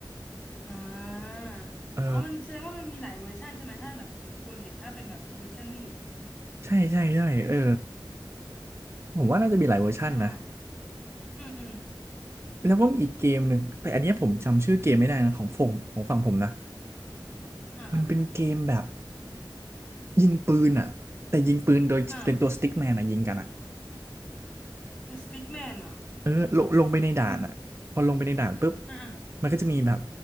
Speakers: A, on the left (about 20°); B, on the right (about 30°).
A: อ่า
B: เออ
A: อ๋อมันแสดงว่ามันมีหลายเวอร์ชันใช่ไหมถ้าแบบเหมือนคุณเห็นถ้าเป็นแบบเวอร์ชันวิ่งหนี
B: ใช่ใช่ใช่เออผมว่าน่าจะมีหลายเวอร์ชันนะ
A: เป็นไปได้อืมอืม
B: แล้วก็มีอีกเกมหนึ่งแต่อันเนี้ยผมจำชื่อเกมไม่ได้นะของฝั่งของฝั่งผมนะ
A: อ่าอ่า
B: มันเป็นเกมแบบยิงปืนอ่ะแต่ยิงปืนโดยเป็นตัวสติ๊กแมนอ่ะยิงกันอ่ะ
A: อ่าตัวสติ๊กแมนเหรอ
B: เออลงลงไปในด่านอ่ะพอลงไปในด่านปุ๊บ
A: อ่ะมันอ่าอ่า
B: มันก็จะมีแบบ